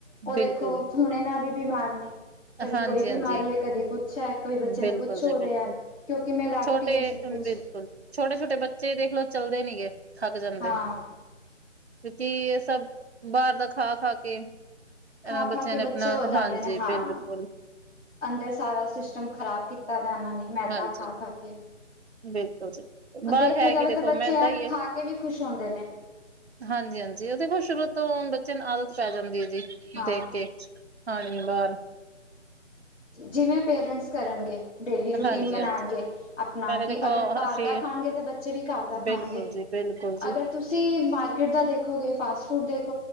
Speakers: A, on the left; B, on the right.
A: ਓਹ
B: ਬਿਲਕੁਲ
A: ਦੇਖੋ ਹੁਨੇ ਨਾਲ ਹੀ ਬਿਮਾਰ ਨੇ। ਕਦੀ
B: ਹਾਂਜੀ-ਹਾਂਜੀ
A: ਕੋਈ ਬਿਮਾਰੀ ਐ ਕਦੀ ਕੁਛ ਐ ਕੋਈ ਬੱਚਿਆਂ
B: ਬਿਲਕੁਲ
A: ਨੂੰ ਕੁੱਛ ਹੋ
B: ਜੀ
A: ਰਿਹਾ
B: ਬਿਲਕੁਲ
A: ਕਿਉਂਕਿ ਮੈ ਲਾਵਟਿ
B: ਛੋਟੇ
A: ਹੈ ਕੁਛ
B: ਬਿਲਕੁਲ ਛੋਟੇ-ਛੋਟੇ ਬੱਚੇ ਦੇਖਲੋ ਚੱਲਦੇ ਨੀ ਏ ਥੱਕ ਜਾਂਦੇ
A: ਹਾਂ
B: ਨੇ। ਕੁਕੀ ਏ ਸਭ ਬਾਹਰ ਦਾ ਖਾ-ਖਾ ਕੇ
A: ਖਾ-ਖਾ
B: ਅ ਬੱਚਿਆਂ
A: ਕੇ
B: ਨੇ
A: ਬੱਚੇ
B: ਆਪਣਾ
A: ਹੋ ਜਾਂਦੇ
B: ਹਾਂਜੀ
A: ਨੇ ਹਾਂ।
B: ਬਿਲਕੁਲ
A: ਅੰਦਰ ਸਾਰਾ ਸਿਸਟਮ ਖ਼ਰਾਬ ਕੀਤਾ ਦਾ ਇਹਨਾਂ ਨੇ ਮੈਦਾ
B: ਹਾਂਜੀ,
A: ਖਾ-ਖਾ ਕੇ।
B: ਬਿਲਕੁਲ ਜੀ। ਬਾਹਰ
A: ਦੇਖਿਆ
B: ਹੈ
A: ਜਾਵੇ
B: ਕਿ ਦੇਖੋ
A: ਤੇ ਬੱਚੇ
B: ਮੈਦਾ
A: ਐ
B: ਈ
A: ਖਾ
B: ਏ।
A: ਕੇ ਵੀ ਖੁਸ਼ ਹੁੰਦੇ ਨੇ।
B: ਹਾਂਜੀ-ਹਾਂਜੀ ਉਹ ਦੇਖੋ ਸ਼ੁਰੂ ਤੋਂ ਬੱਚੇ ਨੂੰ ਆਦਤ ਪੈ ਜਾਂਦੀ ਹੈ ਜੀ
A: ਹਾਂ
B: ਦੇਖ ਕੇ। ਹਾਣੀ ਬਾਹਰ
A: ਜਿਵੇਂ ਪੇਰੈਂਟਸ ਕਰਨਗੇ। ਡੇਲੀ ਰੂਟੀਨ
B: ਹਾਂਜੀ-ਹਾਂਜੀ।
A: ਬਣਾਉਣਗੇ। ਆਪਣਾ
B: ਪਹਿਲੇ
A: ਕਿ
B: ਦੇਖੋ
A: ਅਗਰ ਘਰ
B: ਅਸੀਂ
A: ਦਾ ਖਾਣਗੇ ਤਾਂ ਬੱਚੇ ਵੀ ਘਰ ਦਾ
B: ਬਿਲਕੁਲ
A: ਖਾਣਗੇ।
B: ਜੀ, ਬਿਲਕੁਲ ਜੀ।
A: ਅਗਰ ਤੁਸੀਂ ਮਾਰਕੀਟ ਦਾ ਦੇਖੋਗੇ, ਫਾਸਟ ਫੂਡ ਦੇਖੋ,